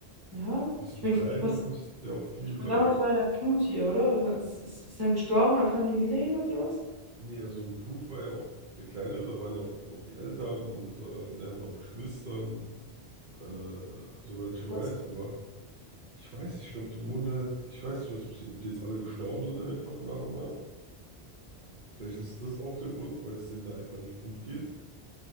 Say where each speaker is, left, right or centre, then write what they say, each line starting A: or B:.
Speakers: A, on the right (about 20°); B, on the right (about 50°).
A: ja,
B: Das
A: ich
B: Betreiben
A: meine, was,
B: kostet ja auch viel,
A: ich meine,
B: weil,
A: damals war ja Knut hier, oder? Ich mein, Ist, ist, ist dann gestorben, oder kam nie wieder jemand raus?
B: nee, also Knut war ja auch der Kleinere, da waren ja auch noch die Eltern und äh, der hat auch Geschwistern, äh, soweit ich weiß,
A: Was?
B: aber Ich weiß nicht, ich glaube, die wurden halt, ich weiß nicht, was passiert, ob die jetzt alle gestorben sind einfach nach und nach. Vielleicht ist das auch der Grund, weil es denen da einfach nicht gut geht.